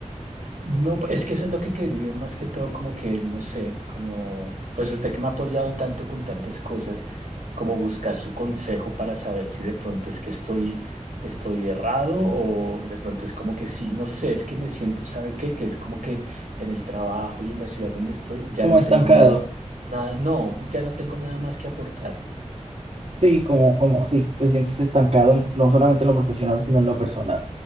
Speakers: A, on the right (about 80°); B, on the right (about 55°).
A: No, es que eso es lo que quería, más que todo, como que, no sé, como, pues usted que me ha apoyado tanto con tantas cosas, como buscar su consejo para saber si de pronto es que estoy, estoy errado o de pronto es como que sí, no sé, es que me siento, ¿sabe qué? Que es como que en el trabajo y en la ciudad donde estoy ya
B: Como
A: no
B: estancado.
A: tengo nada, nada, no, ya no tengo nada más que aportar.
B: Sí, como, como, sí, te sientes estancado en- no solamente en lo profesional, sino en lo personal.